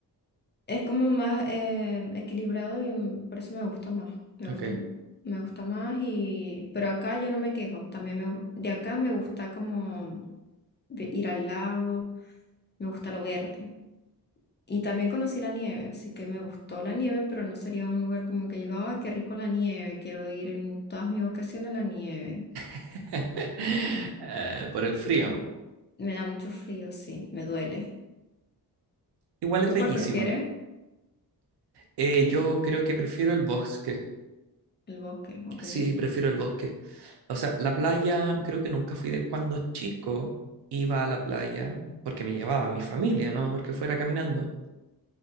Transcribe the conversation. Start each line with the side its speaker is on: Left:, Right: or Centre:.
Left: Es como más eh, equilibrado y mm, por eso me gusta más. Me
Right: ¿eh?
Left: gusta,
Right: Ok.
Left: mu- me gusta más y... Pero acá yo no me quejo. También me, gu- de acá me gusta como vi- ir al lago, me gusta lo verde. Y también conocí la nieve, así que me gustó la nieve, pero no sería un lugar como que llegaba, ay, qué rico la nieve, quiero ir en todas mis vacaciones a la nieve.
Right: <laughs> Eh, por el frío.
Left: Me da mucho frío, sí, me duele.
Right: Igual
Left: ¿Tú
Right: es bellísima.
Left: cuál prefieres?
Right: Eh, yo creo que prefiero el bosque.
Left: El bosque, ok.
Right: Sí,
Left: En
Right: prefiero el bosque. O sea, la playa, creo que nunca fui de... Cuando chico iba a la playa, porque me llevaba mi familia, ¿no? Porque fuera caminando.